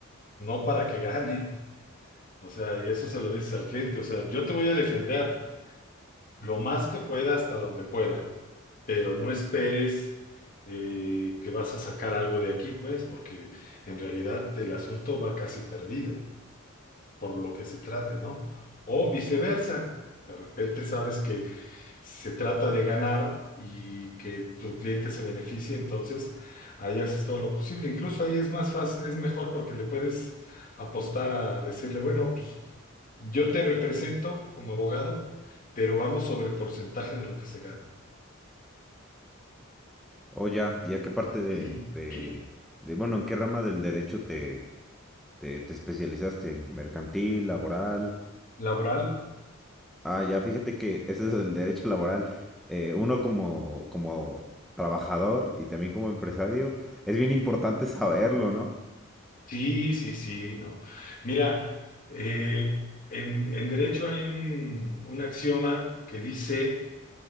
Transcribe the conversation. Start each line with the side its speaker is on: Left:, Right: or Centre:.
Left: no para que gane. O sea, y eso se lo dices al cliente, o sea, yo te voy a defender lo más que pueda hasta donde pueda, pero no esperes eh, que vas a sacar algo de aquí, pues, porque en realidad el asunto va casi perdido por lo que se trate, ¿no? O viceversa, de repente sabes que se trata de ganar y que tu cliente se beneficie, entonces ahí haces todo lo posible. Incluso ahí es más fácil, es mejor porque le puedes apostar a decirle, bueno, pues yo te represento como abogado, pero vamos sobre porcentaje de lo que se gane.
Centre: O ya, ¿y a qué parte de,
Left: <clears throat>
Centre: de- de, bueno, en qué rama del derecho te, te, te especializaste? ¿Mercantil, laboral?
Left: ¿Laboral?
Centre: Ah, ya, fíjate que ese es el derecho laboral. Eh, uno como, como trabajador y también como empresario, es bien importante saberlo, ¿no?
Left: Sí, sí, sí, no. Mira, eh, en, en derecho hay un, un axioma que dice